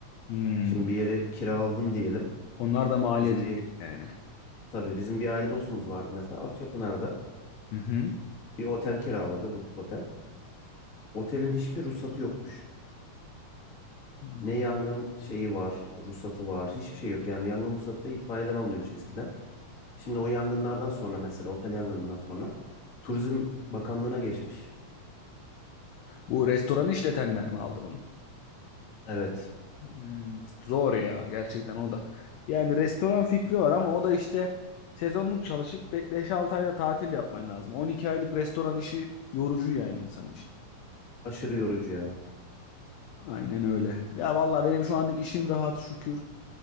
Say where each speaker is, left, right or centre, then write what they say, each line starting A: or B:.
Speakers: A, on the left; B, on the left.
A: Hmm.
B: Şimdi bir yeri kiraladın diyelim.
A: Onlar da maliyete
B: Bizim bir
A: gir yani.
B: tabii bizim bir aile dostumuz vardı mesela Akçapınar'da.
A: Hı hı.
B: Bir otel kiraladı, butik otel. Otelin hiçbir ruhsatı yokmuş.
A: Hmm.
B: Ne yangın şeyi var, ruhsatı var, hiçbir şey yok. Yani yangın ruhsatı da itfaiyeden alınıyormuş eskiden. Şimdi o yangınlardan sonra mesela otel yangınından sonra Turizm Bakanlığı'na geçmiş.
A: Bu restoran işletenler mi aldı bunu?
B: Evet.
A: Hmm. Zor ya gerçekten o da. Yani restoran fikri var ama o da işte sezonluk çalışıp be- 5-6 ayda tatil yapman lazım. 12 aylık restoran işi yorucu yani insan için.
B: Aşırı yorucu ya.
A: Aynen öyle. Ya vallahi benim şu anlık işim rahat şükür.